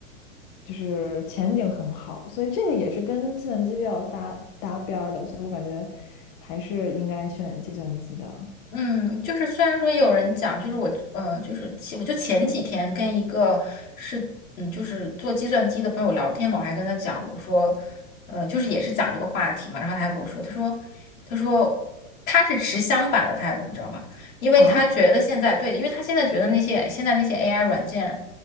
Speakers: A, on the left; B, on the left.
A: 就是前景很好，所以这个也是跟计算机比较搭搭边儿的，所以我感觉还是应该选计算机的
B: 嗯，就是虽然说有人讲，就是我，呃，就是前我就前几天跟一个是，嗯，就是做计算机的朋友聊天嘛，我还跟他讲，我说，呃，就是也是讲这个话题嘛，然后他还跟我说，他说，他说他是持相反的态度，你知道吗？因为他觉得现在对，
A: 啊。
B: 因为他现在觉得那些现在那些 AI 软件，